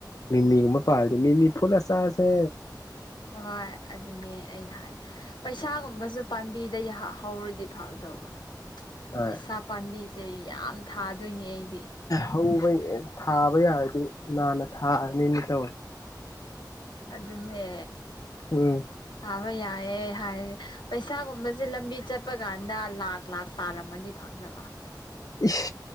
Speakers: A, on the left (about 55°); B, on the left (about 90°).
A: ꯃꯤꯃꯤꯒꯨꯝꯕ ꯄꯥꯜꯂꯗꯤ ꯃꯤꯃꯤ ꯐꯨꯠ ꯑꯆꯥꯁꯦ
B: ꯍ ꯍꯣꯏ ꯑꯗꯨꯅꯦ ꯑꯩꯅ ꯍꯥꯏ <inaudible> ꯄꯩꯁꯥꯒꯨꯝꯕꯁꯨ ꯄꯥꯝꯕꯤꯗ ꯍꯧꯔꯗꯤ ꯐꯗꯕ
A: ꯍꯣꯏ
B: ꯄꯩꯁꯥ ꯄꯥꯝꯕꯤꯁꯦ ꯌꯥꯝ ꯊꯥꯗꯣꯏꯅꯦ ꯑꯩꯗꯤ
A: ꯍꯧꯕ ꯊꯥꯕ ꯌꯥꯔꯗꯤ ꯅꯥꯟꯅ ꯊꯥꯔꯅꯤꯅ ꯇꯧꯋꯦ
B: ꯑꯗꯨꯅꯦ
A: ꯎꯝ
B: ꯊꯥꯕ ꯌꯥꯏꯌꯦ ꯍꯥꯏ ꯄꯩꯁꯥꯒꯨꯝꯕꯁꯦ ꯂꯝꯕꯤ ꯆꯠꯄ ꯀꯥꯟꯗ ꯂꯥꯛ ꯂꯥꯛ ꯇꯥꯔꯝꯃꯗꯤ ꯐ ꯊꯗꯕ <unintelligible> <inaudible>
A: ꯏꯁ